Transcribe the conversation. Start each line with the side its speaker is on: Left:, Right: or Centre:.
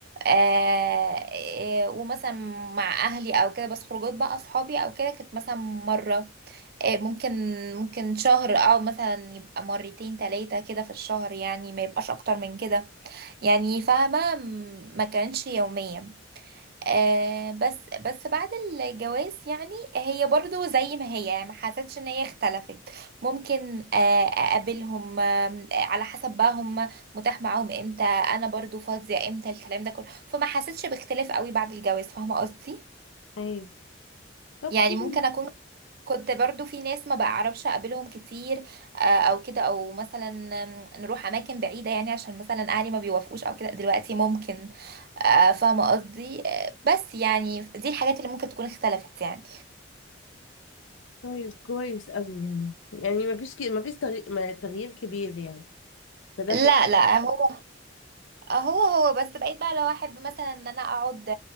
Right: آه آه ومثلا مع اهلي او كده بس خروجات بقى اصحابي او كده كانت مثلا مرة آه ممكن ممكن شهر او مثلا يبقى مرتين تلاتة كده في الشهر يعني ما يبقاش اكتر من كده يعني فاهمة م- ما كانتش يومية آه بس بس بعد الجواز يعني هي برضو زي ما هي يعني ما حسيتش ان هي اختلفت ممكن آه اقابلهم آه على حسب بقى هم متاح معاهم امتى انا برضو فاضية امتى الكلام ده كله فما حسيتش باختلاف قوي بعد الجواز فاهمة قصدي
Left: ايوه طب
Right: يعني
Left: كويس
Right: ممكن اكون كنت برضو في ناس ما بعرفش اقابلهم كتير آه، او كده او مثلا نروح اماكن بعيده يعني عشان مثلا اهلي ما بيوافقوش او كده دلوقتي ممكن آه، فاهمه قصدي آه، بس يعني دي الحاجات اللي ممكن تكون اختلفت يعني
Left: طيب كويس قوي يعني يعني مفيش ك... مفيش تغي... ما- تغيير كبير يعني فده
Right: لا
Left: حلو
Right: لا هو هو هو بس بقيت بقى لو احب مثلا ان انا اقعد